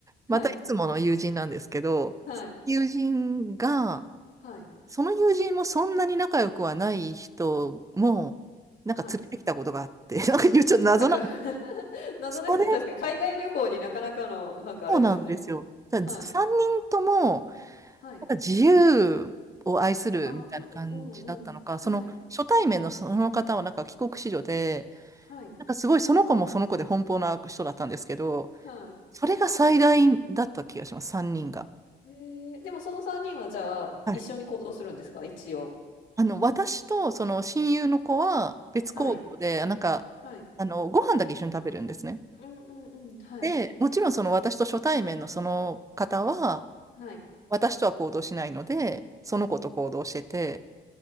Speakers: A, on the left; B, on the right.
A: はい、
B: またいつもの友人なんですけど、
A: はい、
B: 友人が、
A: はい、
B: その友人もそんなに仲良くはない人も、なんか連れてきたことがあって、
A: はい。
B: <laughs> なんか言うちょっと謎なんで
A: なんか <laughs> 謎ですね。
B: す。それ
A: 確かに海外旅行になかなかの、なんかあれですね。
B: もなんですよ。だからず3人とも、
A: はい、はい。
B: なんか自由を愛するみたいな感じだったのか、
A: あ、うんうんうん。はい、
B: その初対面のその方はなんか帰国子女で、
A: はい、
B: なんかすごいその子もその子で奔放な人だったんですけど、
A: はい。
B: それが最大だった気がします、3人が。
A: えーでもその3人はじゃあ、
B: はい。
A: 一緒に行動するんですか？一応。
B: あの、私とその親友の子は別行動で、
A: はい、
B: なんか、
A: はい。
B: あの、ご飯だけ一緒に食べるんですね。
A: うんうんうん、はい、
B: で、もちろんその私と初対面のその方は、
A: はい。
B: 私とは行動しないので、その子と行動してて、